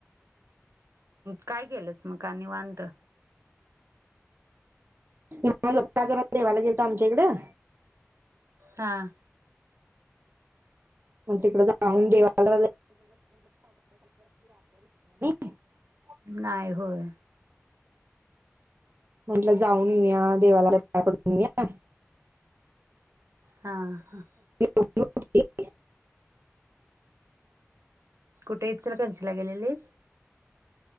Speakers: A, on the right; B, on the right.
A: काय केलंस मग का निवांत.
B: जरा देवाला गेलत आमच्या इकडं
A: हां
B: मग तिकड जाऊन देवाला <unintelligible>
A: नाही होय.
B: म्हंटलं जाऊन येऊया देवाला पाया पडून येऊया.
A: हा हा
B: <unintelligible>
A: कुठे इचलकरंजीला गेलेलीस?